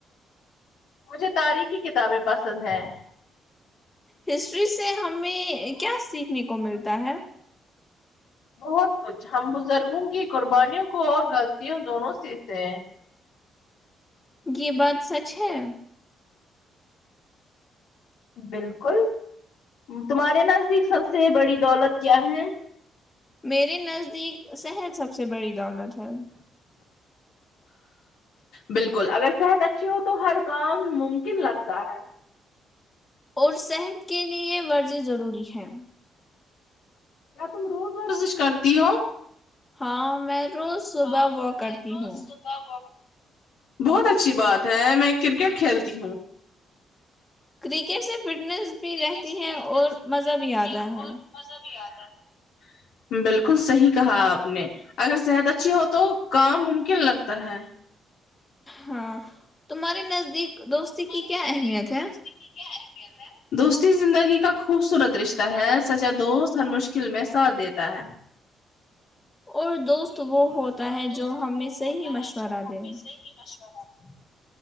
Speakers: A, on the left; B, on the left.
A: مجھے تاریخی کتابیں پسند ہے
B: ہسٹری سے ہمیں کیا سیکھنے کو ملتا ہے
A: بہت کچھ ہم بزرگوں کی قربانیوں کو اور غلطیوں دونوں سیکھتے ہیں
B: یے بات سچ ہے
A: بالکل تمہارے نزدیک سب سے بڑی دولت کیا ہے
B: میرے نزدیک صحت سب سے بڑی دولت ہے
A: بالکل اگر صحت اچھی ہو تو ہر کام ممکن لگتا ہے
B: اور صحت کے لیے ورزش ضروری ہے
A: کیا تم روز ورزش کرتی ہو
B: ہاں میں روز
A: ہاں
B: صبح واک
A: میں
B: کرتی
A: روز
B: ہوں
A: صبح بہت اچھی بات ہے میں کرکٹ کھیلتی ہوں
B: کرکٹ سے فٹنس بھی
A: کرکٹ
B: رہتی
A: سے
B: ہے
A: فٹنس
B: اور مزہ
A: رہتی
B: بھی آتا ہے
A: اور مزہ بھی آتا ہے بالکل صحیح کہا آپ نے اگر صحت اچھی ہو تو کام ممکن لگتا ہے
B: ہاں تمہارے نزدیک دوستی
A: تمہارے
B: کی کیا
A: نزدیک
B: اہمیت ہے
A: دوستی کی کیا اہمیت ہے دوستی زندگی کا خوبصورت رش تا ہے سچا دوست ہر مشکل میں ساتھ دیتا ہے
B: اور دوست وہی ہوتا
A: اور
B: ہے
A: دوست
B: جو ہمیں
A: وہ
B: صحیح
A: ہوتا
B: مشورہ
A: ہے جو ہمیں
B: دے
A: صحیح مشورہ جی